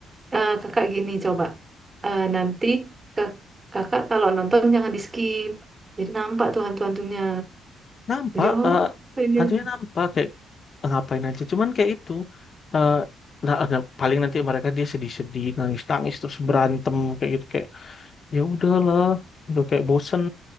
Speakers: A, on the right; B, on the left.
A: eh, kakak gini coba Eh, nanti kak- kakak kalau nonton jangan di skip. Jadi nampak tuh hantu-hantunya.
B: nampak
A: Jadi oh
B: eh,
A: ini
B: hantunya
A: hantu.
B: nampak kayak "Eh, ngapain aja cuman kayak itu eh, nah, ada paling nanti mereka dia sedih-sedih nangis-nangis terus berantem kayak gitu kayak ya udahlah udah kayak bosen